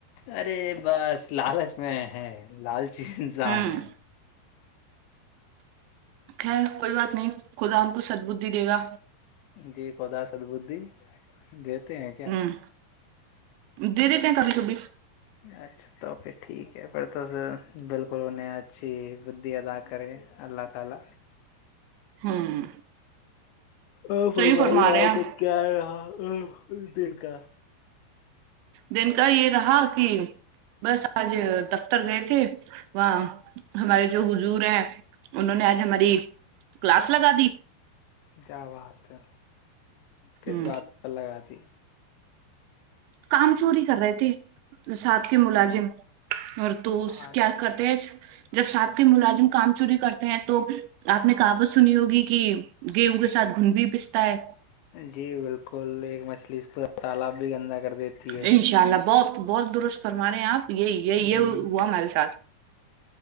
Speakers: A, on the left; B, on the right.
A: ارے بس لالچ میں ہے لالچی انسان
B: ہوں
A: ہے
B: خیر کوئی بات نہیں خدا ان کو سدبدی دے گا
A: جی خدا سدبدی دیتے ہیں کیا
B: ہوں دے دیتے ہیں کبھی کبھی
A: اچھا تو پھر ٹھیک ہے پھر تو بالکل انہیں اچھی بدی عطا کریں اللہ تعالی
B: ہوں
A: اور فرمائیے
B: صحیح فرما رہے
A: آج
B: ہیں آپ۔
A: کا کیا رہا دن کا
B: دن کا یہ رہا کہ بس آج دفتر گئے تھے وہاں ہمارے جو حضور ہیں انہوں نے آج ہماری کلاس لگا دی
A: کیا بات ہے کس
B: ہ
A: بات پر لگا دی
B: کام چوری کر رہے تھے ساتھ کے ملازم اور تو
A: اچھا
B: س کیا کرتے ہیں جب ساتھ کے ملازم کام چوری کرتے ہیں تو آپ نے کہاوت سنی ہوگی کہ گیہوں کے ساتھ گھن بھی پستا ہے
A: جی بالکل ایک مچھلی اس پورا تالاب بھی گندا کر دیتی ہے
B: ان شاء اللہ بہت بہت درست فرما رہے ہیں آپ یہ یہ یہ
A: جی
B: ہوا ہمارے ساتھ